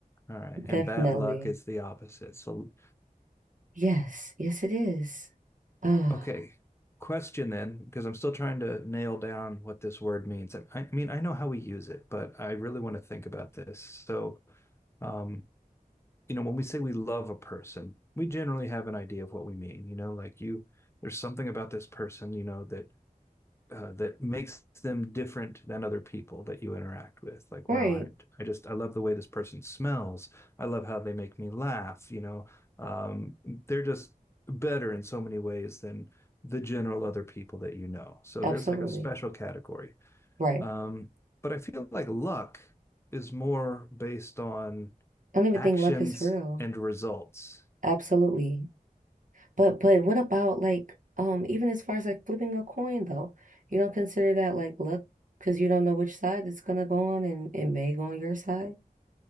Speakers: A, on the left (about 15°); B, on the right (about 60°).
A: All right.
B: Definitely.
A: And bad luck is the opposite. So,
B: Yes. Yes, it is. Ah,
A: okay. Question then, because I'm still trying to nail down what this word means. I, I mean, I know how we use it, but I really want to think about this. So, um, you know, when we say we love a person, we generally have an idea of what we mean. You know, like you, there's something about this person, you know, that uh, that makes them different than other people that you interact with. Like,
B: right.
A: wow, I, I just I love the way this person smells. I love how they make me laugh. You know, um, they're just better in so many ways than the general other people that you know. So
B: Absolutely.
A: there's like a special category.
B: Right.
A: Um, but I feel like luck is more based on
B: I don't even
A: actions
B: think luck is real.
A: and results.
B: Absolutely. But but what about like um even as far as like flipping a coin though, you don't consider that like luck because you don't know which side it's gonna go on and it may go on your side.